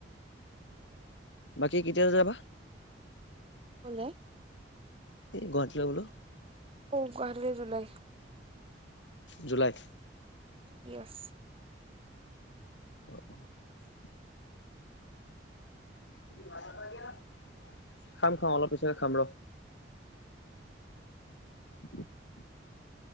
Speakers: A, on the left (about 85°); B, on the right (about 30°).
A: বাকী কেতিয়া যাবা।
B: হেল্ল
A: এই গুৱাহাটীলৈ গলো।
B: অ গুৱাহাটী লে জুলাই
A: জুলাই
B: ইয়েচ।
A: অ অ <inaudible> <unintelligible> খাম খাম অলপ পিছকে খাম ৰ। <inaudible>